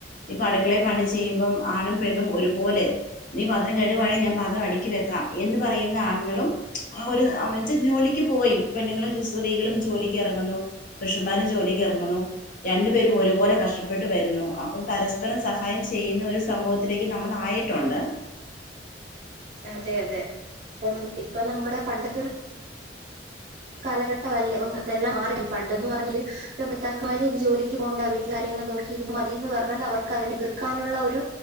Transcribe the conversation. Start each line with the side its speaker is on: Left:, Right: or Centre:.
Left: ഇപ്പൊ അടുക്കളെ പണി ചെയ്യുമ്പം ആണും പെണ്ണും ഒരുപോലെ നീ പാത്രം കഴുകുവാണെ ഞാൻ പാത്രം അടുക്കി വെക്കാം എന്ന് പറയുന്ന ആണുങ്ങളും ഒരു എന്ന് വച്ചാ ജോലിക്ക് പോയി പെണ്ണുങ്ങളും സ്ത്രീകളും ജോലിക്ക് ഇറങ്ങുന്നു പുരുഷന്മാരും ജോലിക്ക് ഇറങ്ങുന്നു രണ്ടുപേരും ഒരുപോലെ കഷ്ടപ്പെട്ടു വരുന്നു അപ്പം പരസ്പരം സഹായം ചെയ്യുന്ന ഒരു സമൂഹത്തി ഇതിലേക്ക് നമ്മളായിട്ടുണ്ട്
Right: അതെ അതെ ഇപ്പം ഇപ്പൊ നമ്മുടെ പണ്ടത്തൊരു കാലഘട്ടമല്ല ഇന്നെല്ലാം മാറി പണ്ടെന്ന് പറഞ്ഞല് ഭർത്താക്കന്മാര് ജോലിക്ക് പോകേണ്ട വീട്ട് കാര്യങ്ങൾ നോക്കിയിരുന്നാ മതീന്ന് പറഞ്ഞാൽ അവർക്ക് അതിനെ എതിർക്കാനുള്ള ഒരു